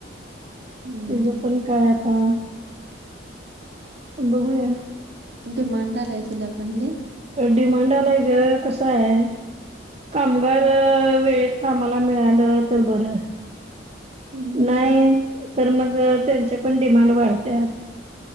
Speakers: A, on the right (about 65°); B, on the right (about 35°).
A: हम्म
B: तिजपण काय आता बघूया.
A: डिमांड आलंय तिला पण लय.
B: डिमांड आलंय ग, कस हाय कामगार अ वेळेत कामाला मिळालं तर बरं.
A: हम्म हम्म.
B: नाही तर मग त्यांच्या पण डिमांड वाढत्यात.